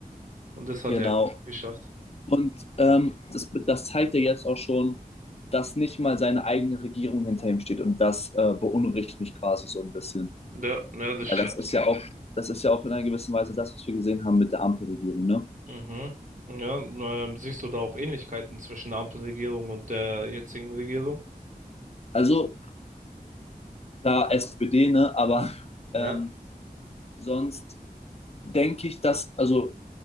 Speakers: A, on the right (about 55°); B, on the left (about 40°).
A: Und das hat
B: genau.
A: er geschafft.
B: Und ähm, das, das zeigt ja jetzt auch schon, dass nicht mal seine eigene Regierung hinter ihm steht. Und das äh, beunruhigt mich quasi so ein bisschen.
A: Ja, ja, das
B: Weil
A: stimmt.
B: das ist ja auch, das ist ja auch in einer gewissen Weise das, was wir gesehen haben mit der Ampelregierung, ne?
A: Mhm. Ja, ähm, siehst du da auch Ähnlichkeiten zwischen der Ampelregierung und der jetzigen Regierung?
B: Also klar, SPD, ne? Aber
A: Ja.
B: ähm, sonst denke ich, dass, also